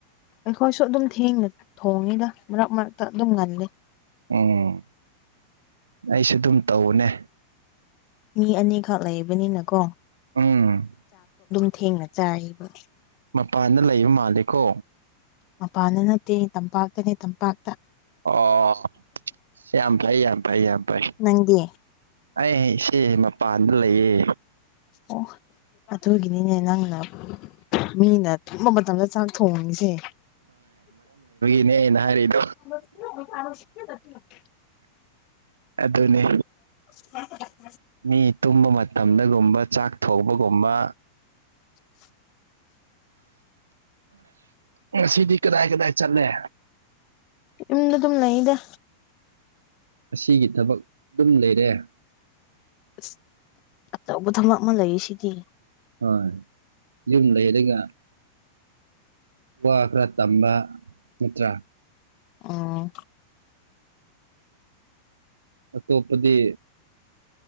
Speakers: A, on the left; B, on the right.
A: ꯑꯩꯈꯣꯏꯁꯨ ꯑꯗꯨꯝ ꯊꯦꯡꯅ ꯊꯣꯡꯉꯤꯗ ꯃꯔꯛ ꯃꯔꯛꯇ ꯑꯗꯨꯝ ꯉꯜꯂꯤ
B: ꯎꯝ ꯑꯩꯁꯨ ꯑꯗꯨꯝ ꯇꯧꯕꯅꯦ
A: ꯃꯤ ꯑꯅꯤꯈꯛ ꯂꯩꯕꯅꯤꯅ ꯀꯣ
B: ꯎꯝ
A: ꯊꯦꯡꯅ ꯆꯥꯏꯌꯦꯕ
B: ꯃꯄꯥꯟꯗ ꯂꯩꯕ ꯃꯥꯜꯂꯦ ꯀꯣ
A: ꯃꯄꯥꯟꯅ ꯅꯠꯇꯦ ꯇꯝꯄꯥꯛꯇꯅꯦ ꯇꯝꯄꯥꯛ
B: ꯑꯣ ꯌꯥꯝ ꯐꯩ ꯌꯥꯝ ꯐꯩ ꯌꯥꯝ ꯐꯩ
A: ꯅꯪꯗꯤ
B: ꯑꯩ ꯍꯌꯦꯡ ꯑꯦ ꯃꯄꯥꯟꯗ ꯂꯩꯌꯦ
A: ꯑꯣ ꯑꯗꯨꯒꯤꯅꯤꯅꯦ ꯅꯪꯅ ꯃꯤꯅ ꯇꯨꯝꯕ ꯃꯇꯝꯗ ꯆꯥꯛ ꯊꯣꯡꯉꯤꯁꯦ
B: ꯅꯦꯅ ꯍꯥꯢꯔꯤꯗꯣ
A: <inaudible>
B: ꯑꯗꯨꯅꯦ
A: <inaudible>
B: ꯃꯤ ꯇꯨꯝꯕ ꯃꯇꯝꯗꯒꯨꯝꯕ ꯆꯥꯛ ꯊꯣꯡꯕꯒꯨꯝꯕ
A: <inaudible>
B: ꯉꯁꯤꯗꯤ ꯀꯗꯥꯏ ꯀꯗꯥꯏ ꯆꯠꯂꯦ
A: ꯌꯨꯝꯗ ꯑꯗꯨꯝ ꯂꯩꯌꯦꯗ
B: ꯑꯁꯤꯒꯤ ꯊꯕꯛ ꯑꯗꯨꯝ ꯂꯩꯔꯦ
A: ꯑꯁ ꯑꯆꯧꯕ ꯊꯕꯛ ꯑꯃ ꯂꯩ ꯔꯤꯁꯤꯗꯤ
B: ꯍꯣꯏ ꯌꯨꯝ ꯂꯩꯔꯒ ꯋꯥ ꯈꯔ ꯇꯝꯕ ꯅꯠꯇ꯭ꯔꯥ
A: ꯑꯣ
B: ꯑꯇꯣꯞꯄꯗꯤ